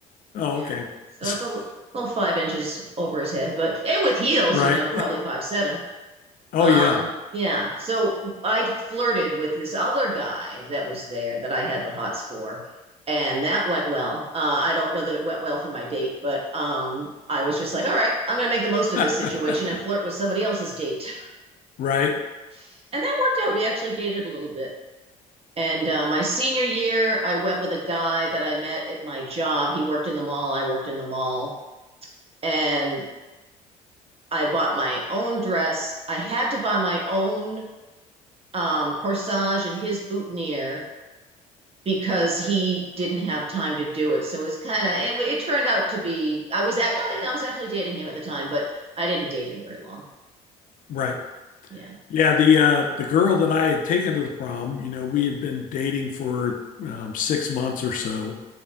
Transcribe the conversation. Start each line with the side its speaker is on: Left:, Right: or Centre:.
Left: Oh,
Right: Yeah.
Left: okay.
Right: So
Left: <laughs>
Right: it's a l- little five inches over his head, but and with heels,
Left: Right.
Right: you know, probably five seven.
Left: Oh,
Right: Um,
Left: yeah.
Right: yeah. So I flirted with this other guy that was there that I had the hots for, and that went well. Uh, I don't know that it went well for my date, but um, I was just like, all right, I'm gonna make the most of
Left: <laughs>
Right: this situation and flirt with somebody else's date,
Left: Right.
Right: <laughs> and that worked out. We actually dated a little bit. And uh, my senior year, I went with a guy that I met at my job. He worked in the mall. I worked in the mall and I bought my own dress. I had to buy my own um, corsage and his boutonniere because he didn't have time to do it. So it was kind of it, it turned out to be I was act, I was actually dating him at the time, but I didn't date him very long.
Left: Right.
Right: Yeah.
Left: Yeah, the uh the girl that I had taken to the prom, you know, we had been dating for um, six months or so.